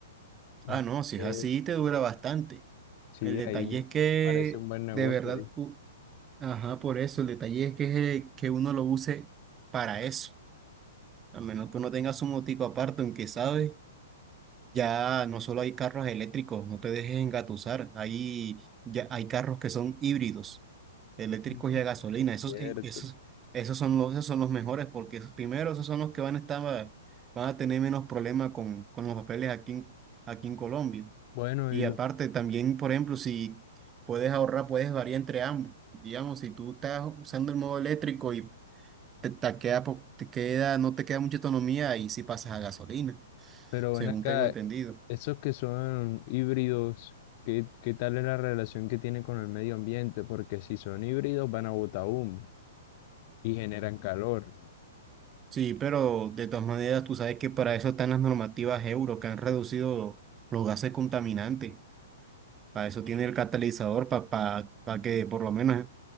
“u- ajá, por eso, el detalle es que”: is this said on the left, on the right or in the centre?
Right